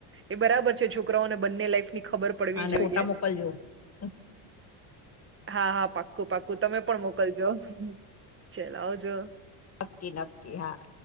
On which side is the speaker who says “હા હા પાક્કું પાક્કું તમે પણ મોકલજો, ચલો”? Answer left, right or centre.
Right